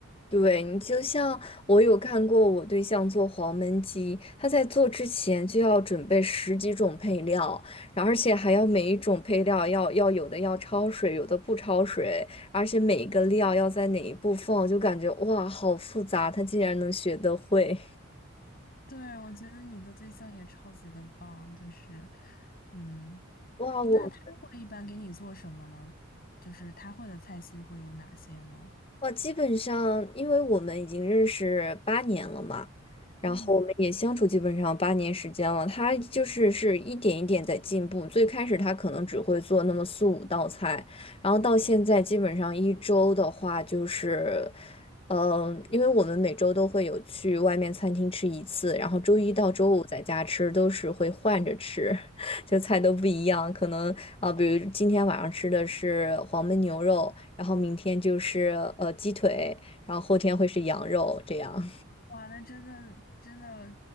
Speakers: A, on the left; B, on the left.
A: 对你就像我有看过我对象做黄焖鸡，他在做之前就要准备十几种配料，然后而且还要每一种配料要要有的要焯水，有的不焯水，而且每一个料要在哪一步放，就感觉哇好复杂，他竟然能学得会，
B: 对，我觉得你的对象也超级的棒，就是，嗯，
A: 哇！
B: 诶那他会一般给你做什么呢？
A: 我
B: 就是他会的菜系会有哪些呢？
A: 我基本上，因为我们已经认识八年了嘛，然后我们也相处基本上八年时间了。
B: 嗯，
A: 他就是是一点一点在进步。最开始他可能只会做那么四五道菜，然后到现在基本上一周的话就是，嗯、因为我们每周都会有去外面餐厅吃一次，然后周一到周五在家吃，都是会换着吃。就菜都不一样，可能啊、比如今天晚上吃的是黄焖牛肉，然后明天就是呃鸡腿，然后后天会是羊肉这样。
B: 哇，那真的真的